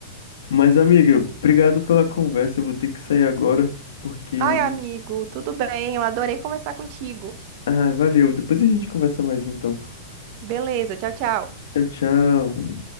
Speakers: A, on the left; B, on the right.
A: Mas, amiga, obrigado pela conversa. Eu vou ter que sair agora, porque.
B: Ai, amigo, tudo bem? Eu adorei conversar contigo.
A: Ah, valeu. Depois a gente conversa mais então.
B: Beleza, tchau, tchau.
A: Tchau, tchau.